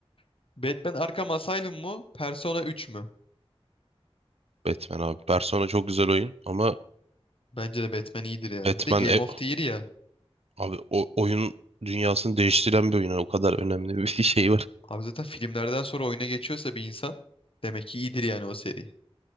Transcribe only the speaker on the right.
Batman abi. Persona çok güzel oyun ama
Batman
e,
Abi o oyun dünyasını değiştiren bir oyun. Yani O kadar önemli bir <laughs> şey var.